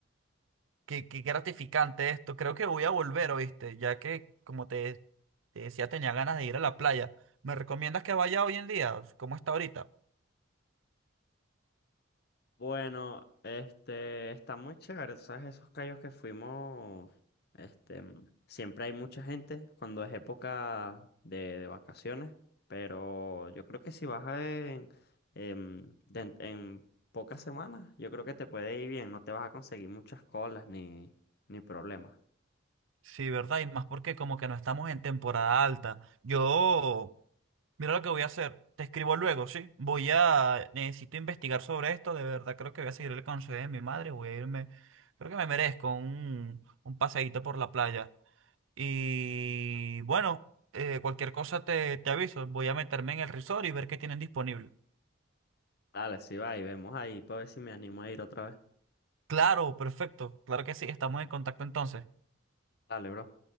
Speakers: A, on the right; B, on the left.
A: Qué, qué gratificante esto. Creo que voy a volver, ¿oíste? Ya que, como te, te decía, tenía ganas de ir a la playa. ¿Me recomiendas que vaya hoy en día? ¿Cómo está ahorita?
B: Bueno, este, está muy chévere, ¿sabes? Esos callos que fuimos, este, mm, siempre hay mucha gente cuando es época de, de vacaciones, pero yo creo que si vas a en, en, den- en pocas semanas, yo creo que te puede ir bien, no te vas a conseguir muchas colas ni, ni problemas.
A: Sí, ¿verdad? Y más porque como que no estamos en temporada alta. Yo, mira lo que voy a hacer. Te escribo luego, ¿sí? Voy a, necesito investigar sobre esto. De verdad, creo que voy a seguir el consejo de mi madre. Voy a irme, creo que me merezco un, un paseíto por la playa. Y bueno, eh, cualquier cosa te, te aviso. Voy a meterme en el resort y ver qué tienen disponible.
B: Dale, si va y vemos ahí, para ver si me animo a ir otra vez.
A: Claro, perfecto. Claro que sí. Estamos en contacto entonces.
B: Dale, bro.